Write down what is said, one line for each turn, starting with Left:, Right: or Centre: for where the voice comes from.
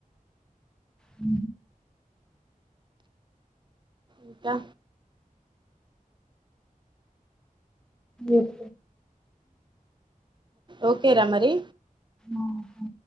Centre: అ
Right: ఇంకా
Centre: ఉ
Right: ఓకే రా మరి
Centre: ఆఓ